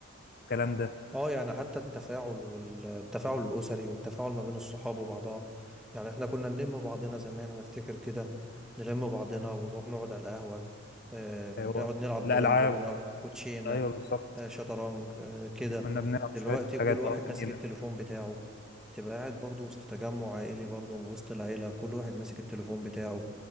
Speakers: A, on the left; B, in the centre.
A: الكلام ده
B: اه يعني حتى التفاعل والتفاعل الأسري والتفاعل ما بين الصحاب وبعضها يعني احنا كنا نلم بعضنا زمان انا افتكر كده نلم بعضنا ونروح نقعد على القهوة آه كنا
A: هو
B: نقعد نلعب
A: الالعاب
B: دورين دومنا كوتشينة
A: ايوه بالظبط
B: آه شطرنج آه كده
A: كنا بنلعب
B: دلوقتي
A: شويه حاجات
B: كل واحد
A: اه جميله
B: ماسك التليفون بتاعه تبقى قاعد برضو وسط تجمع عائلي برضو وسط العيلة كل واحد ماسك التليفون بتاعه